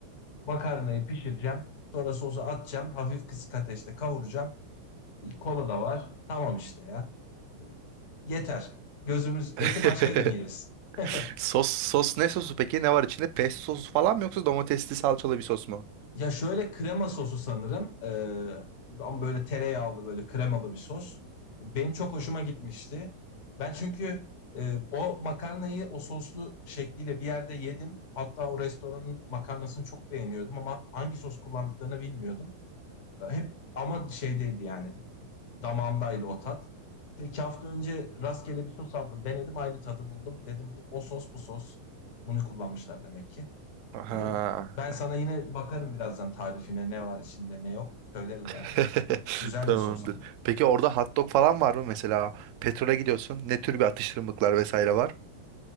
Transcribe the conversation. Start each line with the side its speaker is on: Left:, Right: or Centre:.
Left: Makarnayı pişireceğim. Sonra sosu atacağım. Hafif kısık ateşte kavuracağım. E, Kola da var. Tamam işte ya. E, Yeter. Gözümüz
Right: <laughs>
Left: eti başka gün yeriz. <laughs>
Right: Sos sos ne sosu peki? Ne var içinde? Pesto sosu falan mı yoksa domatesli salçalı bir sos mu?
Left: Ya şöyle krema sosu sanırım. Ee, ama böyle tereyağlı böyle kremalı bir sos. Benim çok hoşuma gitmişti. Ben çünkü e, o makarnayı o soslu şekliyle bir yerde yedim. Hatta o restoranın makarnasını çok beğeniyordum ama hangi sos kullandıklarını bilmiyordum. Hep ama şeydeydi yani damağımdaydı o tat. İki hafta önce rastgele bir sos aldım. Denedim aynı tadı buldum. Dedim bu- o sos bu sos. Bunu kullanmışlar demek ki.
Right: Aha.
Left: Ee, ben sana yine bakarım birazdan tarifine ne var içinde ne yok. Söylerim
Right: <laughs>
Left: yani. Güzel
Right: Tamamdır.
Left: bir sos ama.
Right: Peki orada hot dog falan var mı mesela? Petrole gidiyorsun. Ne tür bir atıştırmalıklar vesaire var?